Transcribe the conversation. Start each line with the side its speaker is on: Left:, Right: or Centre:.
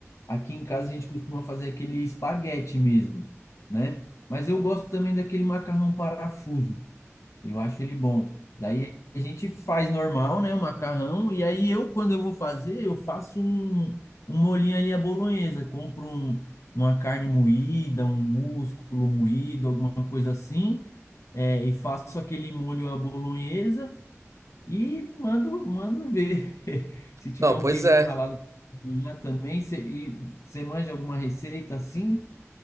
Left: aqui em casa, a gente costuma fazer aquele espaguete mesmo, né? Mas eu gosto também daquele macarrão parafuso. Eu acho ele bom. Daí a gente faz normal, né? O macarrão. E aí eu, quando eu vou fazer, eu faço um, um molhinho ali à bolonhesa. Compro um- uma carne moída, um músculo moído, alguma coisa assim. é, e faço aquele molho à bolonhesa e mando, mando ver. <laughs> Se tiver
Right: Não,
Left: um
Right: pois
Left: queijinho
Right: é.
Left: ralado já também, cê, e você manja alguma receita assim?